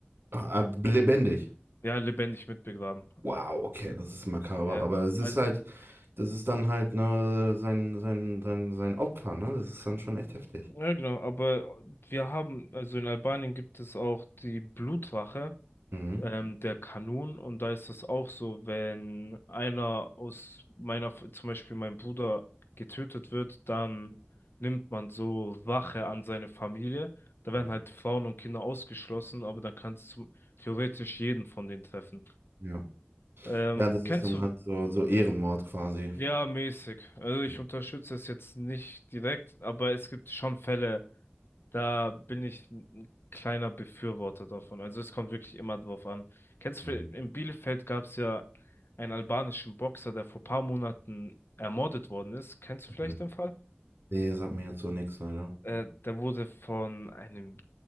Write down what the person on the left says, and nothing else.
Ja, lebendig mitbegraben.
Ja.
Al-
Ja, genau. Aber wir haben, also in Albanien gibt es auch die Blutwache.
ähm, der Kanun und da ist das auch so, wenn einer aus meiner, zum Beispiel mein Bruder getötet wird, dann nimmt man so Wache an seine Familie. Da werden
halt Frauen und Kinder ausgeschlossen, aber dann kann es zum- theoretisch jeden von denen treffen.
Ähm,
kennst
du, ja, mäßig. Also ich
unterstütze es jetzt nicht direkt, aber es gibt schon Fälle, da bin ich ein kleiner Befürworter davon. Also es kommt wirklich immer drauf an. Kennst
du, in Bielefeld gab es ja einen albanischen Boxer, der vor paar Monaten ermordet worden ist. Kennst du
vielleicht den Fall?
Äh, der wurde von einem,